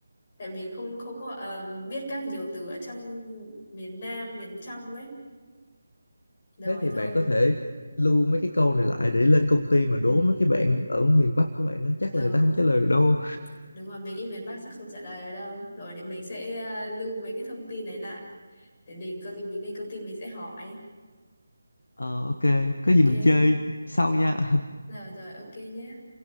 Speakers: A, on the left (about 35°); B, on the left (about 60°).
A: Tại mình không không có ờ, biết các nhiều từ ở trong miền Nam, miền trong ấy. Rồi
B: thế thì bạn
A: thôi.
B: có thể lưu mấy cái câu này lại để lên công ty mà đố
A: Ừ,
B: mấy cái bạn ở miền Bắc của bạn á chắc
A: rồi,
B: là người ta không trả lời được đâu
A: đúng rồi, mình nghĩ miền Bắc chắc không trả lời được đâu. Rồi để mình sẽ ờ, lưu mấy cái thông tin này lại. Để mình có gì mình lên công ty mình sẽ hỏi.
B: ờ ok
A: Ok,
B: có gì mình chơi sau nha
A: rồi rồi, ok nhé.